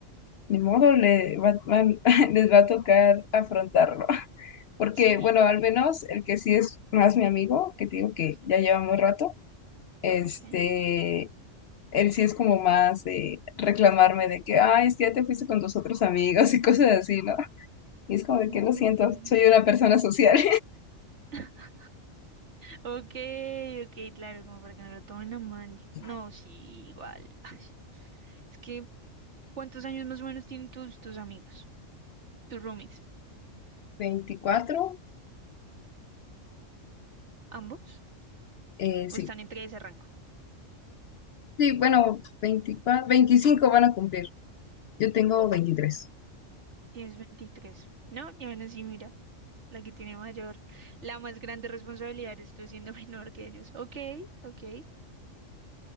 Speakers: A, on the left (about 65°); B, on the right (about 60°).
A: ni modo le va- van- <laughs> les va a tocar afrontarlo. <laughs> Porque,
B: Sí.
A: bueno, al menos el que sí es más mi amigo, que te digo que
B: Ujú,
A: ya llevamos rato, este...
B: Ok.
A: Él sí es como más de reclamarme de que, ay, es que ya te fuiste con tus otros amigos <laughs> y cosas así, ¿no? Y es como de
B: Mm.
A: que lo siento, soy una persona social.
B: <laughs> Ok, ok, claro, como para que no lo tomen a mal.
A: <laughs>
B: No, sí, igual. <laughs> Ay, es que, ¿cuántos años más o menos tienen tus, tus amigos, tus roomies?
A: veinticuatro
B: ¿Ambos?
A: eh, sí.
B: ¿O están entre ese rango?
A: Sí, bueno, veinticuatro veinticinco van a cumplir. Yo tengo veintitrés
B: Tienes 23, ¿no? Y aún así, mira, la que tiene mayor, la más grande responsabilidad es tú siendo <laughs> menor que ellos. Ok, ok.